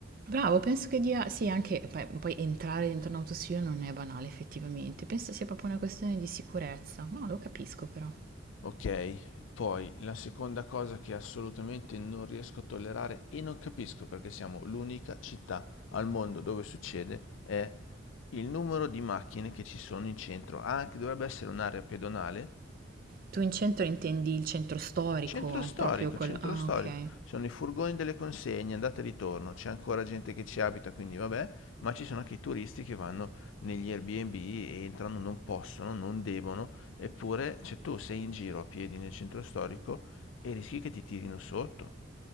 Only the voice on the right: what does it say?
Bravo, penso che dia, sì, anche poi, poi entrare dentro un autostudio non è banale effettivamente, penso sia proprio una questione di sicurezza, no, lo capisco però.
Tu in centro intendi il centro storico,
proprio quello...
Ah,
ok.